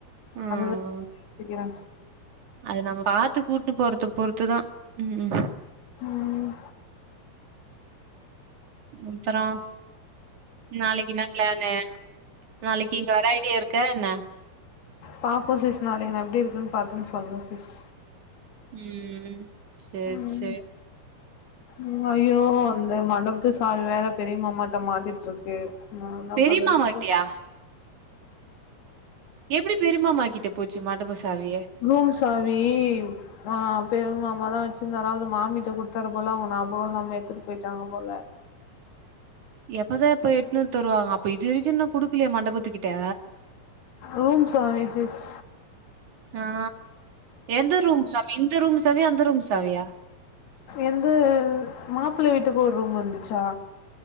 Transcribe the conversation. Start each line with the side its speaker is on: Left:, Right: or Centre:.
Right: ம்
Left: அதுதா யோச்சிக்கிறே
Right: அது நம்ம பாத்துகூட்டு போறத பொறுத்துதா ம்
Left: ம்
Right: முப்பறோ நாளைக்கி என்ன பிளானு நாளைக்கி இங்க வர்ற ஐடியா இருக்க என்ன
Left: பாப்போ சிஸ் நாளைக்கி நா எப்டி இருக்குன்னு பாத்துன்னு சொல்றே சிஸ்
Right: ம் சேரி
Left: ம்
Right: சேரி
Left: ம் ஐயோ இந்த மண்டபத்து சாவி வேற பெரிய மாமாட்ட மாட்டிட்டு இருக்கு ஆ என்ன
Right: பெரியமாமாகிட்டயா
Left: பண்றதுங்க
Right: எப்டி பெருமாமாக்கிட்ட போச்சு மண்டபசாவி
Left: ரூம் சாவி ஆ பெரும் மாமா தா வச்சிருந்தாரா அதாவது மாமிட்ட குடுத்தாரு போல அவுங்க ஞாபக இல்லாம எடுத்துட்டு போயிட்டாங்க போல
Right: எப்பதா இப்ப எத்துனு வந்து தருவாங்க அப்ப இது வரைக்கு இன்னு குடுக்கலயா மண்டபத்துக்கு ட்ட
Left: ரூம் சர்வீஸ் திஸ்
Right: ஆ எந்த ரூம் சாவி இந்த ரூம்சாவியா அந்த ரூம்சாவியா
Left: எந்த மாப்பிள்ள வீட்டுக்கு ஒரு ரூம் வந்துச்சா